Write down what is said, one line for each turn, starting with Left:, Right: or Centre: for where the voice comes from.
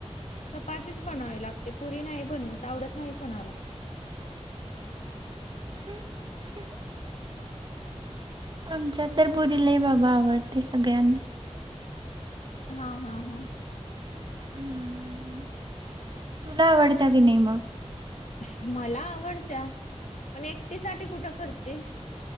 Left: चपातीच बनवावी लागते, पुरी नाही बनवत, आवडत नाही कोणाला.
Right: हम्ं हम्मं आमच्या तर पुुरी लई बाबा आवडते सगळ्यांना
Left: हां हां हां
Right: हम्मम, तुला आवडत की नाय मग
Left: <unintelligible> मला आवडत्या, पण एकटीसाठी कुठं करतेस